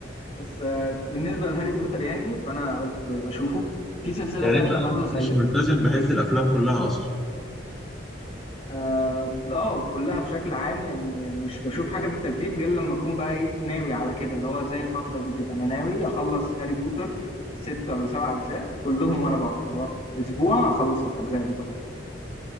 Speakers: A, on the left; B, in the centre.
A: بس آه، بالنسبه لهاري بوتر يعني فانا قلت اشوفه في سلسله
B: يعني
A: تانية
B: انت
A: برضو زي
B: مش ملتزم بحيث
A: ايه
B: الافلام كلها
A: اه آه، كلها بشكل عام يعني مش بشوف حاجه بالترتيب غير لما اكون بقى ايه ناوي على كده اللي هو زي الفتره دي كده انا ناوي اخلص هاري بوتر ست ولا سبع اجزاء كلهم ورا بعض اللي هو في اسبوع اخلص الاجزاء دي كلها